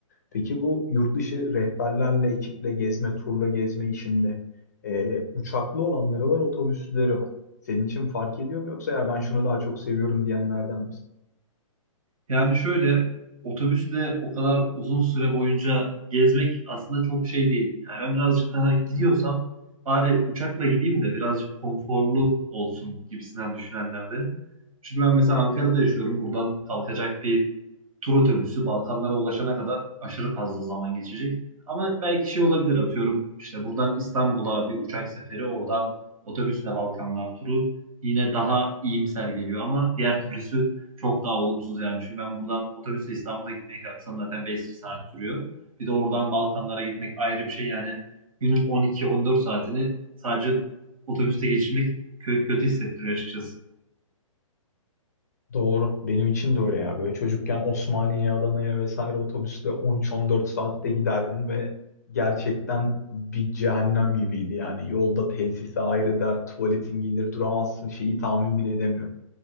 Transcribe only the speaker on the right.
Yani şöyle otobüsle o kadar uzun süre boyunca gezmek aslında çok şey değil. Yani ben birazcık daha gidiyorsam bari uçakla gideyim de birazcık konforlu olsun gibisinden düşünenlerdenim. Çünkü ben mesela Ankara'da yaşıyorum. Buradan kalkacak bir tur otobüsü Balkanlara ulaşana kadar aşırı fazla zaman geçecek. Ama belki şey olabilir atıyorum işte buradan İstanbul'a bir uçak seferi oradan otobüsle Balkanlar turu yine daha iyimser geliyor ama diğer türlüsü çok daha olumsuz yani. Çünkü ben buradan otobüsle İstanbul'a gitmeye kalksam zaten beş saat sürüyor. Bir de oradan Balkanlara gitmek ayrı bir şey yani. Günün 12-14 saatini sadece otobüste geçirmek kö- kötü hissettiriyor açıkçası.